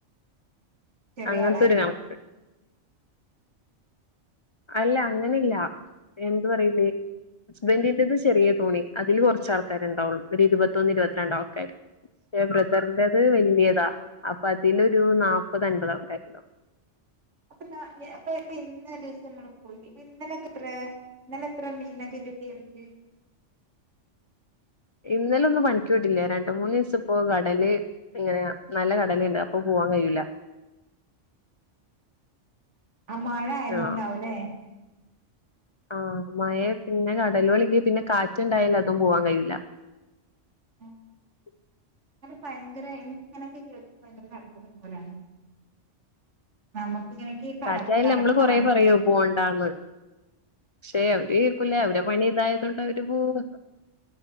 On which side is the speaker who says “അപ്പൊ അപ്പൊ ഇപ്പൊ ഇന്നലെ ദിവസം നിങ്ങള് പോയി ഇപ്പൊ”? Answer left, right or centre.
Right